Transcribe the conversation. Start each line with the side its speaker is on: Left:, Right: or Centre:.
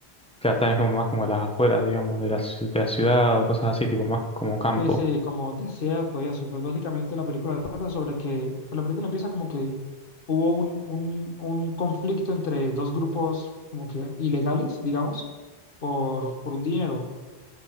Centre: claro, también es como más como las afueras, digamos, de la, ci- de la ciudad o cosas así, tipo más como campo.
Left: Sí, sí, como desierto y eso. Y pues básicamente la película trata sobre que, pues, la película empieza como que hubo un, un, un conflicto entre dos grupos como que ilegales, digamos, por, por un dinero.